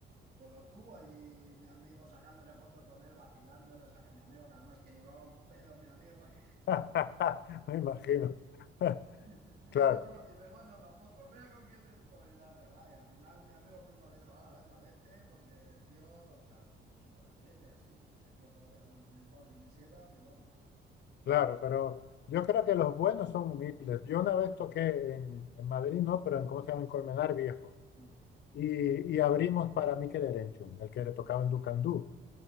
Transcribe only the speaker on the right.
Pues lo tuvo allí mi amigo sacándose fotos con él, vacilándole, o sea que mi amigo, que además que llevaba un pedo mi amigo, <laughs>
Y,
y el otro, y me manda una foto, mira con quién estoy, y la hostia, va, y al final mi amigo mismo le dijo, hala, venga, vete, porque el tío, o sea, sup- súper humilde y así, y ese tío podría ser un flipado si quisiera, que vamos.
Mm,
Sí.